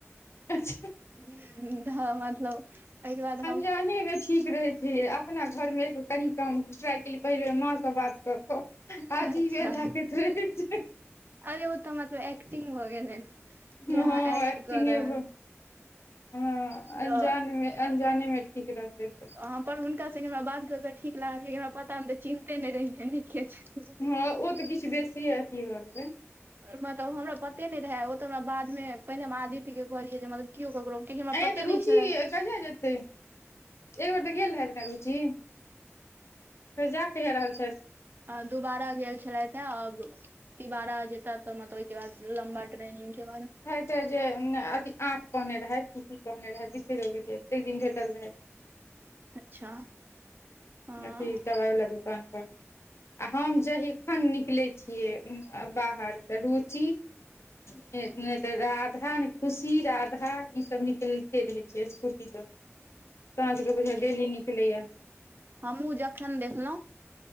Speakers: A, on the left (about 60°); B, on the right (about 45°).
A: <unintelligible>
B: <unintelligible> तऽ मतलब आइ केँ बाद हम
A: अजाने कऽ ठीक रहैत छै यै अपना घरमे कनि कम ट्राई पहिले माँ स बात <unintelligible> अजीबे
B: अच्छा
A: लागैत रहै छै
B: अरे ओ तऽ मतलब एक्टिंग भऽ गेलै
A: हऽ
B: जे अहाँ
A: हऽ
B: एक्ट
A: एक्टिंगे
B: कऽ रहल
A: भऽ <inaudible> ह
B: तऽ
A: अंजान में अनजाने में ठीक रहतै तऽ
B: हँ पर हुनका संगे हमरा बात कर कऽ ठीक लागल किया की हमरा पता नै तऽ चिन्हते नै रहियै केँ छी
A: हँ ओ तऽ किछ बेसिये अथी भऽ गेलै
B: मतलब हमरा पते नै रहै ओ तऽ हमरा बादमे पहिने हम आदित्य केँ कहलियै जे मतलब कियो ककरो कियाकि हमरा
A: आँये
B: पते
A: तऽ रुचि
B: नहि छलै
A: कहिया जेतै <inaudible> एक बेर तऽ गेल रहैथ ने रुचि <inaudible> फेर जा कहिया रहल छैथ
B: आ दुबारा गेल छलैथ है आब <inaudible> तिबारा जे तब तऽ मतलब ओय केँ बाद लम्बा ट्रेंनिंग केँ बारेमे
A: छै जे अथि आठ कहने रहैथ कि कि कहने रहैथ बिसैरो गेलि ताइ दिन भेटल रहेथ
B: अच्छा हँ
A: अथी दवाइ वाला दुकान पर <inaudible> आ हम जहिखन निकलै छिमै बाहर तऽ रुचि <inaudible> नै तऽ राधा नै तऽ खुशी राधा ई सब निकलते रहै छै स्कूटी लऽ क सांझ कऽ बुझाइ डेली निकलै य
B: हमहुँ जखन देखलौ